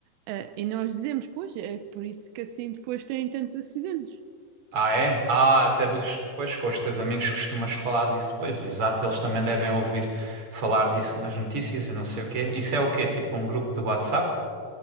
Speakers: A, on the right (about 85°); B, on the right (about 30°).
A: eh, e nós dizemos, pois, é por isso que assim depois têm tantos acidentes.
B: Ah, é? Ah, até dos, pois, com os teus amigos costumas falar disso. Pois, exato, eles também devem ouvir falar disso nas notícias e não sei o quê. Isso é o quê? Tipo um grupo do WhatsApp?